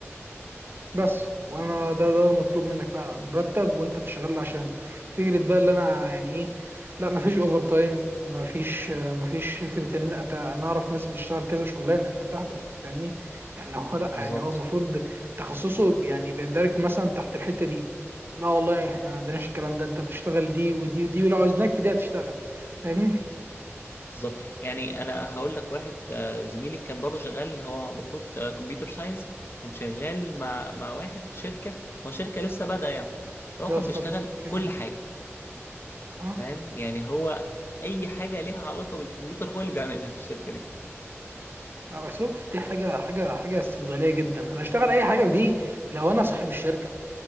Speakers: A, on the right; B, on the left.
A: بس وانا ده ده المطلوب منك فعلا مرتب وانت بتشتغل عشان فكره بقى اللي انا يعني ايه لا مفيش اوفر تايم مفيش مفيش فكره ان انت انا اعرف ناس بتشتغل كذا شغلانه في حته واحده فاهمني يعني هو لا
B: بالظبط
A: يعني هو المفروض تخصصه يعني بيندرج مثلا تحت الحته دي لا والله احنا ما عندناش الكلام ده انت تشتغل دي ودي ودي ولو عاوزناك في دي هتشتغل فاهمني
B: بالظبط يعني انا هقول لك واحد آه، زميلي كان برضه شغال هو المفروض كمبيوتر ساينس كان شغال مع مع واحد في شركه هو شركه لسه بادئه يعني فهو
A: ده
B: كان
A: هو
B: بيشتغل
A: ستارت اب. اوكي
B: كل حاجه
A: اه
B: فاهم يعني هو اي حاجه ليها علاقه بالكمبيوتر هو اللي بيعملها في الشركه دي
A: لا بس شوف دي حاجه حاجه حاجه استغلاليه جدا انا اشتغل اي حاجه في دي لو انا صاحب الشركه